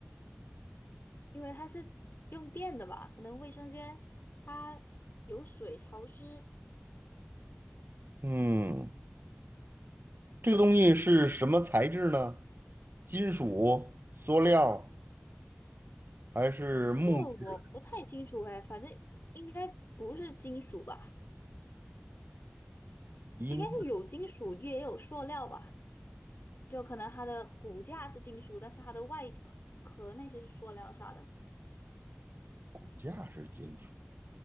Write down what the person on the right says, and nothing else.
嗯。这个东西是什么材质呢？金属、塑料还是木质？
应该
骨架是金属，